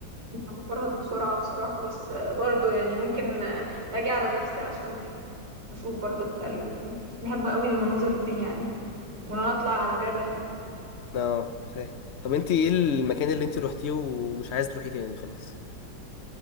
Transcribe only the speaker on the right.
انا بفرهد بسرعة بصراحة بس آه، برضو يعني ممكن آه، اجي على نفسي عشان اشوف برضو التلج بحب قوي المناظر دي يعني وان انا اطلع على جبل